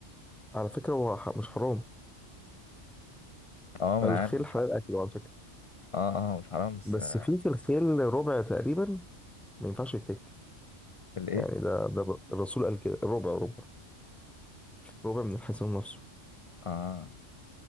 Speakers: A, in the centre; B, on the left (about 60°).
A: على فكرة هو ح- مش حرام
B: اه ما
A: الخيل
B: انا عارف مش
A: حلال
B: حرام
A: أكله على فكرة
B: اه اه مش حرام بس
A: بس
B: آه،
A: في في الخيل ربع تقريبا ما ينفعش يتاكل
B: الايه
A: يعني ده ده ب- الرسول قال كده ربع ربع ربع من الحصان نفسه
B: اه